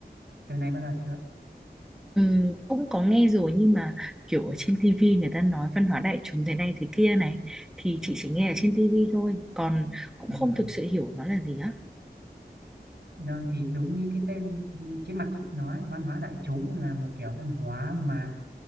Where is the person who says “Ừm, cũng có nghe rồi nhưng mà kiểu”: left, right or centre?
Centre